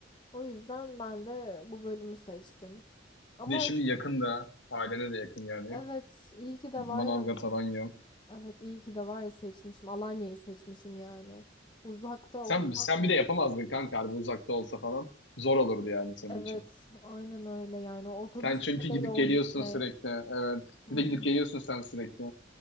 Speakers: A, on the left (about 25°); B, on the left (about 70°).
A: O yüzden ben de bu bölümü seçtim. Ama
B: Bir de şimdi
A: is-
B: yakın ailene de yakın yani.
A: evet iyi ki de var
B: Manavgat,
A: ya
B: Alanya.
A: evet iyi ki de var ya seçmişim. Alanya'yı seçmişim yani. Uzakta
B: Sen,
A: okumak
B: sen bir de yapamazdın kanka harbi uzakta olsa falan. Zor olurdu yani senin
A: evet
B: için.
A: aynen öyle yani o otobüsle
B: Sen çünkü gidip
A: de yol
B: geliyorsun
A: gitmek.
B: sürekli. Evet.
A: Hı
B: Bir
A: hı.
B: de gidip geliyorsun sen sürekli.